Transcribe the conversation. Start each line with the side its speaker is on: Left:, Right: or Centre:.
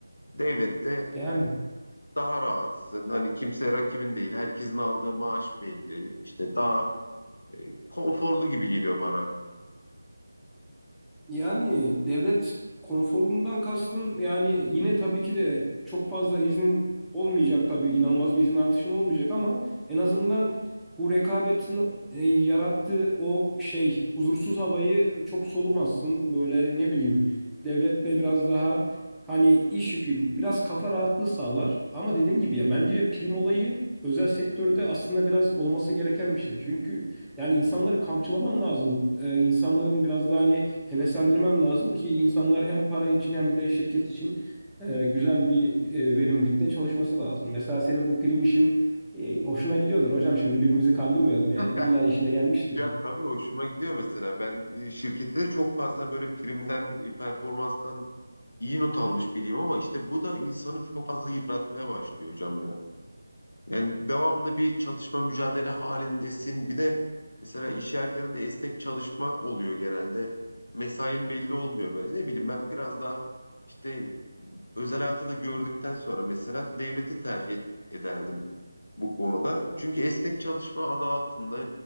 Left: Devlette
Centre: Yani
Left: daha rahatsın. Hani kimse rakibin değil. Herkesin aldığı maaş belli. İşte daha e, konforlu gibi geliyor bana.
Centre: Yani devlet konforundan kastım yani yine tabii ki de çok fazla iznin olmayacak tabii inanılmaz bir izin artışın olmayacak ama en azından bu rekabetin e, yarattığı o şey huzursuz havayı çok solumazsın. Böyle hani, ne bileyim devlette biraz daha hani iş yükü biraz kafa rahatlığı sağlar ama dediğim gibi ya bence prim olayı özel sektörde aslında biraz olması gereken bir şey. Çünkü yani insanları kamçılaman lazım. Ee, insanların biraz daha hani heveslendirmen lazım ki insanlar hem para için hem de şirket için e, güzel bir e, verimlilikte çalışması lazım. Mesela senin bu prim işin e, hoşuna gidiyordur hocam. Şimdi birbirimizi kandırmayalım
Left: <laughs>
Centre: yani. illa işine gelmiştir.
Left: Ya tabii hoşuma gidiyor mesela. Ben e, şirkette de çok fazla böyle primden, e, performanstan iyi not almış biriyim ama işte bu da insanı çok fazla yıpratmaya başlıyor hocam ya. Yani devamlı bir çatışma mücadele halindesin. Bir de mesela iş yerlerinde esnek çalışma oluyor genelde. Mesain belli olmuyor böyle. Ne bileyim ben biraz daha işte özel hayatı da gördükten sonra mesela devleti tercih et- ederdim bu konuda. Çünkü esnek çalışma adı altında